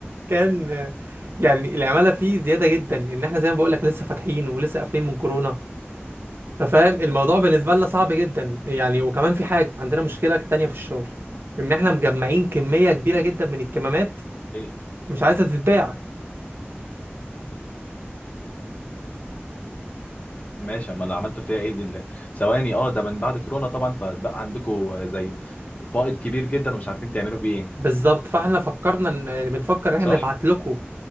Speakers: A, on the right (about 60°); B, on the left (about 35°).
A: كان آه، يعني العمالة فيه زيادة جدا ان احنا زي ما بقول لك لسه فاتحين ولسه قافلين من كورونا انت فاهم الموضوع بالنسبه لنا صعب جدا يعني وكمان في حاجه عندنا مشكله تانية في الشغل ان احنا مجمعين كميه كبيره جدا من الكمامات
B: إيه؟
A: مش عايزه تتباع
B: ماشي اما اللي عملته فيها ايه دي اللي... ثواني اه ده من بعد كورونا طبعا فبقى عندكم زي فائض كبير جدا ومش عارفين تعملوا فيه ايه
A: بالظبط فاحنا فكرنا ان يعني بنفكر ان
B: صح
A: احنا نبعت لكم